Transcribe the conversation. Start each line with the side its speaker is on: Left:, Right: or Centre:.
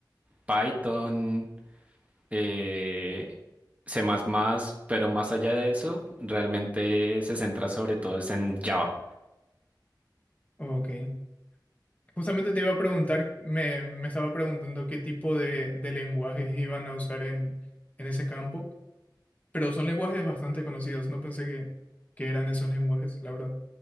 Right: Python, eh, C++, pero más allá de eso, realmente se centra sobre todo es en Java.
Left: Ok. Justamente te iba a preguntar, me, me estaba preguntando qué tipo de, de lenguajes iban a usar en, en ese campo, pero son lenguajes bastante conocidos, no pensé que, que eran esos lenguajes, la verdad.